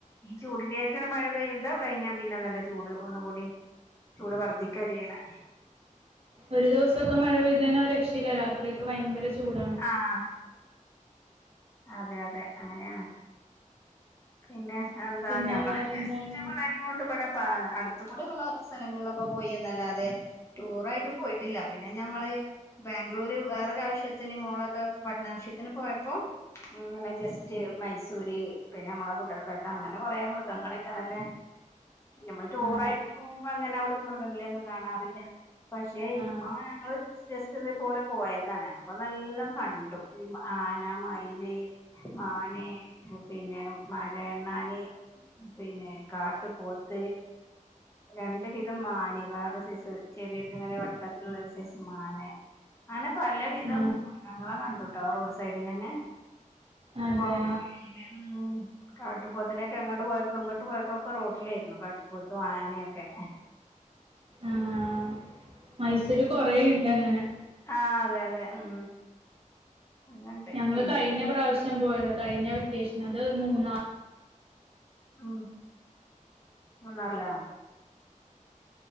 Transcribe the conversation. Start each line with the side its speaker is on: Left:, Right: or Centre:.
Left: ഈ ചൂടിലേ ക്ക് മഴപെയ്ത കഴിഞ്ഞാ പിന്നെ നല്ല ചൂട് ഒന്നുങ്കുടി ചൂട് വർധിക്കാ ചെയ്യ്ണെ.
Right: ഒരു ദിവസൊക്കെ മഴ പെയ്ത് കഴിഞ്ഞ ഒരു രക്ഷയില്ല, രാത്രിയൊക്കെ ഭയങ്കര ചൂടാണ്.
Left: ആഹ് അതെയതെ അങ്ങനെയാണ്, പിന്നെ എന്താ
Right: പിന്നെ
Left: ഞങ്ങള്
Right: വേറെന്താണ്
Left: ജസ്റ്റ് പിള്ളേരെ ങ്കൊണ്ട് ഇബടെ പ്പ അടുത്തുകൂടള്ള സ്ഥലങ്ങളിലൊക്കെ പോയിന്നല്ലാതെ ടൂറായിട്ട് പോയിട്ടില്ല, പിന്നെ ഞങ്ങള് ബാംഗ്ലൂര് വേറൊരാവശ്യത്തിന് മോളൊക്കെ പഠനാവശ്യത്തിന് പോയപ്പോ ഇങ്ങനെ ജസ്റ്റ് മൈസൂര് പിന്നെ മ്മളെ ഗുണ്ടൽപേട്ട അങ്ങനെ കൊറേ മൃഗങ്ങളൊക്കെ നല്ലേ ഞമ്മൾ ടൂറായ്ട്ട്
Right: ആ
Left: പോകുമ്പങ്ങനെ അവ്ട്ന്ന് മൃഗങ്ങളെയൊന്നും കാണാറില്ല. പക്ഷെ
Right: ആ
Left: ഇപ്പൊ ഞങ്ങള് ജസ് റ്റ് ഇതേപോലെ പോയതാണ്, അപ്പൊ നല്ലൊം കണ്ടു, ഈ ആന, മയി ല്, മാനേ പിന്നെ മരയണ്ണാന് പിന്നെ കാട്ടു പോത്ത് രണ്ട് വിധം മാന് വേറെ സൈസ് ചെവിയൊക്കെങ്ങനെ വട്ടത്തിലുള്ളൊരു സൈസസ് മാനേ അങ്ങനെ പലവിധം
Right: ആ
Left: മൃഗങ്ങളെ കണ്ടുട്ടോ റോഡ് സൈഡിന്നന്നെ-
Right: അതെ
Left: പോണവഴീല് ഉം. കാട്ടുപോത്തിനൊക്കെ അങ്ങട്ട് പോയപ്പളും ഇങ്ങട്ട് പോയപ്പളൊക്കെ റോട്ടിലായിര്ന്നു കാട്ടുപോത്തും ആനൊക്കെ-
Right: ആഹ് മൈസൂര് കൊറേ ഇണ്ടങ്ങനെ-
Left: ആഹ് അതെയതെ ഉം. അതുണ്ട്
Right: ഞങ്ങള്
Left: പിന്നെ
Right: കഴിഞ്ഞ പ്രാവ്ശ്യം പോയത കഴിഞ്ഞ വെക്കേഷന് അത് മൂന്നാ
Left: ഉം മൂന്നാറിലാ?